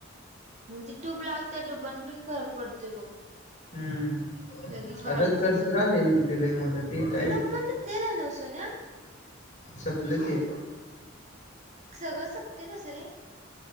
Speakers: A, on the right; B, on the left.
A: न ती टूब लाव त्या टूबनं पण फरक पडतोय बघ.
B: हम्म.
A: लगेच वाळूनच
B: अगं करचर
A: ये जखम.
B: आलय ग तिथे लय मला ते काय
A: लोकमान्य तेलहाय नवं सोन्या?
B: सपलं ते.
A: सगळं सपतय कसं रे?